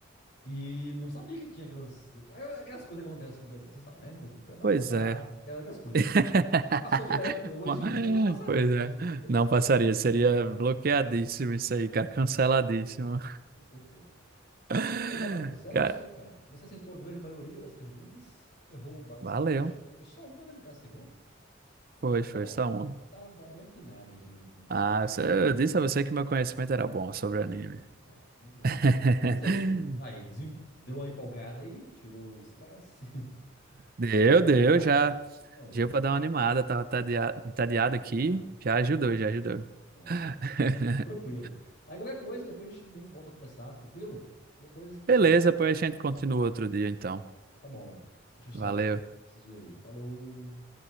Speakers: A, on the left; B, on the right.
A: E não sabia que tinha aquelas, aquelas coisas que acontecem no desenho, você sabe, né? Goku pelado
B: Pois
A: lá,
B: é.
A: aquelas, aquelas coisas.
B: <laughs>
A: E passou direto. Hoje em dia não passaria.
B: Pois é.
A: Hoje em dia
B: Não passaria. Seria
A: cortaria.
B: bloqueadíssimo isso
A: Sim,
B: aí, cara. Canceladíssimo.
A: sim, sim, com certeza.
B: <laughs>
A: Pois é, Matheus, é
B: Cara,
A: isso aí, cara. Você acertou a grande maioria das perguntas, errou basicamente.
B: valeu.
A: Foi só uma, né? No caso, você errou.
B: Foi, foi
A: Tá bom,
B: só
A: tá,
B: um.
A: tá, tá bem afinado aí com, com,
B: Ah,
A: com animes.
B: você- eu disse
A: aí.
B: a você que meu conhecimento era bom sobre anime.
A: Bom, bom, muito bom.
B: <laughs>
A: Mas é isso aí. Aí, desem- deu uma empolgada aí, tirou o estresse. <laughs>
B: Deu,
A: Deu para dar
B: deu,
A: animada?
B: já.
A: Olha,
B: Deu pra dar uma animada. Tava tadia- entediado
A: entediado.
B: aqui. Já
A: Bom,
B: ajudou, já ajudou.
A: bom,
B: <laughs>
A: tranquilo. Aí qualquer coisa, depois a gente vem e volta a conversar, tranquilo? Qualquer coisa, se precisar,
B: Beleza,
A: pode
B: pois
A: chamar,
B: a gente
A: a gente
B: continua
A: conversa.
B: outro dia, então.
A: Então, tá bom. Deixa eu sair
B: Valeu.
A: também, preciso ir ali. Falou.